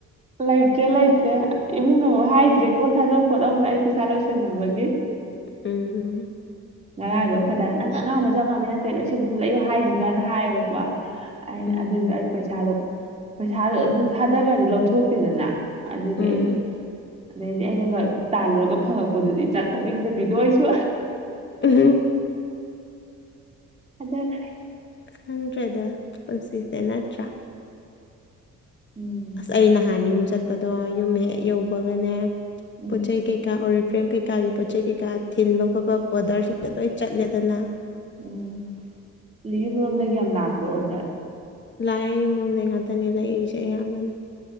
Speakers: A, on the right; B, on the left.
A: ꯂꯩꯇ꯭ꯔꯦ ꯂꯩꯇ꯭ꯔꯦ
B: ꯎꯝ
A: ꯏꯃꯨꯡꯅ ꯍꯥꯏꯗ꯭ꯔꯦ ꯄꯣꯠ ꯊꯥꯗꯧ ꯈꯣꯠꯇꯧꯅ ꯑꯩ ꯄꯩꯁꯥ ꯂꯣꯏꯁꯟꯅꯃꯕꯒꯤ
B: ꯎꯝ
A: ꯉꯔꯥꯡꯗꯣ ꯑꯩꯈꯣꯏꯗꯥ ꯅꯪ ꯑꯉꯥꯡꯕ ꯆꯞ ꯃꯝꯃꯤ ꯅꯪ ꯀꯩꯅꯣ ꯁꯟ ꯊꯣꯛꯂꯛꯏꯑꯣ ꯍꯥꯏꯁꯤꯖꯅ ꯍꯥꯏꯌꯦꯕꯀꯣ ꯑꯩꯅ
B: ꯎꯝ
A: ꯑꯗꯨꯁꯨ ꯑꯩ ꯄꯩꯁꯥꯗꯣ ꯄꯩꯁꯥꯗꯣ ꯑꯗꯨꯝ ꯊꯥꯗꯈ꯭ꯔꯗꯤ ꯂꯧꯊꯣꯛꯇꯦꯗꯅ ꯑꯗꯨꯒꯤ
B: ꯎꯝ
A: ꯑꯩꯗꯣ ꯑꯗꯩꯗꯤ ꯑꯩꯅꯒ ꯇꯥꯜꯂꯨꯔꯒ ꯐꯪꯉꯛꯄꯗꯨꯗꯤ ꯆꯥꯊꯣꯛꯅꯤꯡꯗꯕꯤꯗꯣ ꯑꯩꯁꯨ
B: ꯎꯝ
A: ꯑꯗ ꯐ꯭ꯔꯦ
B: ꯈꯪꯗ꯭ꯔꯦꯗ ꯄꯨꯟꯁꯤꯁꯦ ꯅꯠꯇ꯭ꯔꯥ
A: ꯎꯝ
B: ꯑꯁ ꯑꯩ ꯅꯍꯥꯟ ꯌꯨꯝ ꯆꯠꯄꯗꯣ ꯌꯨꯝ ꯍꯦꯛ ꯌꯧꯕꯒꯅꯦ
A: ꯎꯝ
B: ꯄꯣꯠ ꯆꯩꯩ ꯀꯩꯀꯥ ꯑꯣꯏ ꯑꯦꯦꯝ ꯀꯩꯀꯥꯒꯤ ꯄꯣꯠ ꯆꯩ ꯀꯩꯀꯥ ꯊꯤꯟꯕ ꯈꯣꯠꯄ ꯑꯣꯗꯔꯁꯤꯡꯗ ꯂꯣꯏ ꯆꯠꯂꯦꯗꯅ
A: ꯎꯝ ꯌꯨꯝ ꯂꯣꯝꯗꯒꯤ ꯌꯥꯝ ꯂꯥꯛꯄ꯭ꯔꯣ ꯑꯣꯗ
B: ꯂꯥꯛꯑꯦꯌꯨꯝ ꯃꯝꯗꯩ ꯉꯥꯛꯇꯅꯤ ꯂꯩꯥꯛꯌꯨꯁꯦ ꯑꯌꯥꯝꯕꯅ